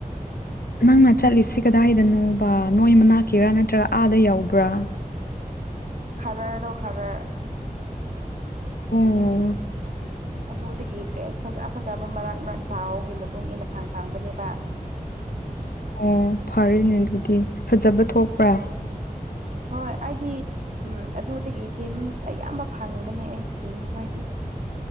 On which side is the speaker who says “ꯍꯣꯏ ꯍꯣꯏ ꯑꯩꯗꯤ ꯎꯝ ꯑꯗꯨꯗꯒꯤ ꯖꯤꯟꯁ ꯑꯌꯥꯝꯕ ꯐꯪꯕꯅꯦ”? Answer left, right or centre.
Right